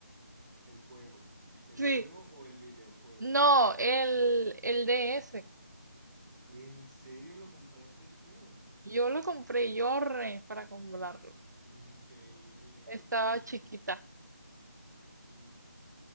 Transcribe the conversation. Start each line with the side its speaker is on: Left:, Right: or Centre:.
Centre: El juego. ¿El
Right: Sí.
Centre: juego o el videojuego?
Right: No, el,
Centre: O sea,
Right: el DS.
Centre: ¿en serio lo compraste tú?
Right: Yo lo compré, yo ahorré para comprarlo.
Centre: Increíble.
Right: Estaba
Centre: Y,
Right: chiquita.
Centre: y,